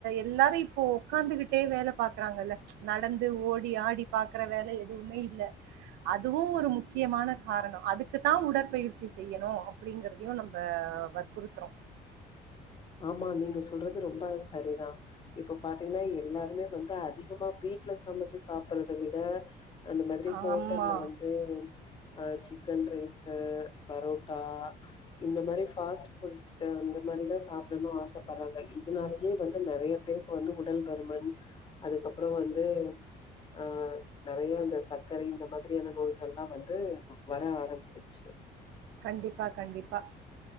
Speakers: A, on the right (about 85°); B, on the left (about 30°).
A: எல்லாரு இப்போ ஒக்காந்துகிட்டே வேல பாக்குறாங்கல்ல நடந்து ஓடி ஆடி பாக்குற வேல எதுமே இல்ல அதுவு ஒரு முக்கியமான காரணம் அதுக்குத்தா உடற்பயிற்சி செய்யணு அப்டிங்கிறதையு நம்ப வற்புறுத்துறோ
B: ஆமா நீங்க சொல்றது ரொம்ப சரிதா இப்ப பாத்தீங்னா எல்லாருமே வந்து அதிகமா வீட்ல சமைச்சு சாப்புட்றத விட அந்த மாதிரி
A: ஆமா.
B: ஹோட்டல்ல வந் து ஆ சிக்கன் ரைஸ் பரோட்டா இந்த மாதிரி ஃபாஸ்ட் ஃபுட் அந்த மாதிரிதா சாப் புடனு ஆசைப்படுறாங்க இதனாலயே வந்து நறைய பேருக்கு வந்து உடல் பருமன் அதுக்கு அப்பறோ வந்து அ நறைய இந்த சர்க்கரை இந்த மாதிரியான நோய்கள் எல்லா வந்து வர ஆரம்பிச்சிருச்சு
A: கண்டிப்பா கண்டிப்பா